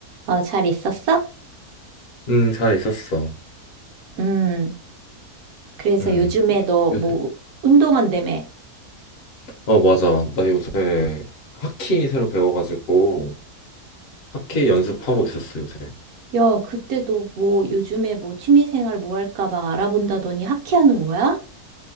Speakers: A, on the right (about 70°); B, on the left (about 55°).
A: 어, 잘 있었어?
B: 음, 잘 있었어.
A: 음, 그래서
B: 음,
A: 요즘에 너
B: 요새,
A: 뭐, 운동한다며.
B: 어, 맞아. 나 요새 하키 새로 배워가지고 하키 연습하고 있었어, 요새.
A: 야, 그때 너 뭐, 요즘에 뭐, 취미생활 뭐 할까 막 알아본다더니 하키하는 거야?